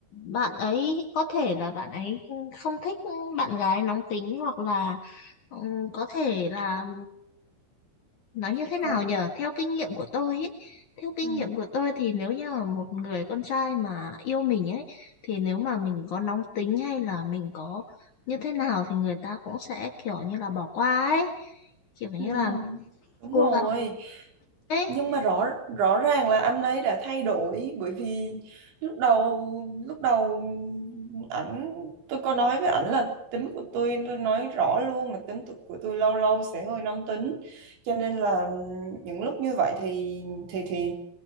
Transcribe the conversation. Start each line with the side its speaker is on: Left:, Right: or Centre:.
Left: bạn ấy có thể là bạn ấy không thích bạn gái nóng tính hoặc là ừ, có thể là nói như thế
Right: không
Left: nào nhở theo kinh nghiệm của tôi ấy theo kinh
Right: ừ.
Left: nghiệm của tôi thì nếu như là một người con trai mà yêu mình ấy thì nếu mà mình có nóng tính hay là mình có như thế nào thì người ta cũng sẽ kiểu như là bỏ qua ấy kiểu như
Right: Ừ.
Left: là
Right: đúng
Left: cố
Right: rồi
Left: gắng ấy
Right: nhưng mà rõ rõ ràng là anh ấy đã thay đổi bởi vì lúc đầu lúc đầu ảnh tôi có nói với ảnh là tính của tôi tôi nói rõ luôn là tính tu- của tôi lâu lâu sẽ hơi nóng tính cho nên là những lúc như vậy thì thì thì